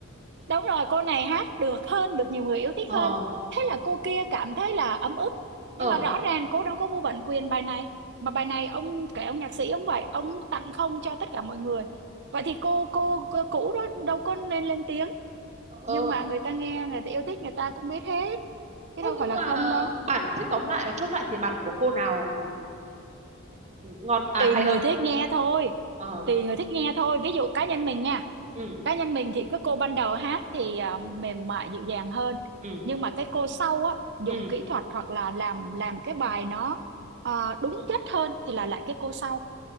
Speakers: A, on the right; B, on the right.
A: Đúng rồi, cô này hát được hơn, được nhiều người yêu thích
B: Ờ,
A: hơn. Thế là cô kia cảm thấy là ấm ức.
B: ờ,
A: Nhưng mà rõ ràng cô đâu có mua bản quyền bài này. Mà bài này ông kể ông nhạc sĩ ông vậy, ông tặng không cho tất cả mọi người. Vậy thì cô cô, cô cũ đó đâu có nên lên tiếng.
B: ờ.
A: Nhưng mà người ta nghe, người ta yêu thích người ta cũng biết hết. Chứ
B: Ơ,
A: đâu
B: nhưng
A: phải là
B: mà
A: không đâu.
B: bản thế tóm lại là chốt lại thì bản của cô nào ngon à
A: Tùy
B: hay
A: người
B: hơn?
A: thích nghe thôi.
B: Ờ,
A: Tùy người thích nghe thôi. Ví dụ cá nhân mình nha.
B: ừ,
A: cá nhân mình thì cái cô ban đầu hát thì à, mềm mại dịu dàng hơn
B: ừ,
A: nhưng mà cái cô sau á dùng
B: ừ.
A: kỹ thuật hoặc là làm làm cái bài nó à, đúng chất hơn thì là lại cái cô sau